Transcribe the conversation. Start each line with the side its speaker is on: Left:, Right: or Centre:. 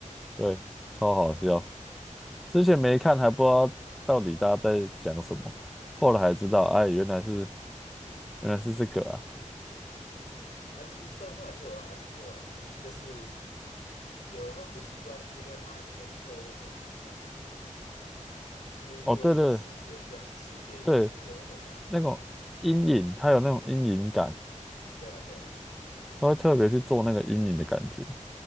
Centre: 对，超好笑。之前没看还不知道到底大家在讲什么，后来才知道，
Left: 嗯，
Centre: 哎，原来是原来是这个啊。
Left: 那啊其实动画做的还不错啊，是就是有人会不习惯，是因为它颜色用的很奇怪，就是故意做一个视觉像视觉艺术的那种感觉。
Centre: 哦，对对对，那种阴影，它有那种阴影感，
Left: 对啊，对啊，
Centre: 它会特别去做那个阴影的感觉。